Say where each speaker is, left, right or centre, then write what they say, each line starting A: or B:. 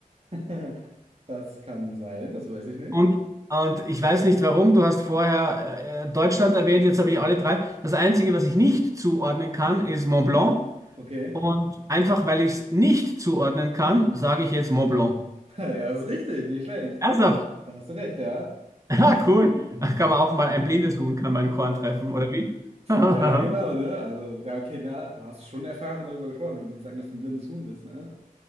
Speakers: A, on the right; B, on the right.
A: <laughs> Das kann sein, das weiß ich nicht.
B: Und, und ich weiß nicht warum, du hast vorher äh, äh, Deutschland erwähnt, jetzt habe ich alle drei. Das Einzige, was ich nicht zuordnen kann, ist Mont Blanc.
A: Okay.
B: Und einfach weil ich es nicht zuordnen kann, sage ich jetzt Mont Blanc.
A: <laughs> Ja, das ist richtig, nicht schlecht.
B: Ernsthaft?
A: Da,
B: <laughs>
A: da hast du recht, ja. Gut.
B: Ah, cool. Da Kann
A: <laughs>
B: man auch mal, ein blindes Huhn kann mal ein Korn treffen, oder wie? <laughs> Na,
A: Ja, genau, ne? Also, ja, okay, na, du hast schon Erfahrung darüber gesprochen. Ich will nicht sagen, dass du ein blindes Huhn bist, ne?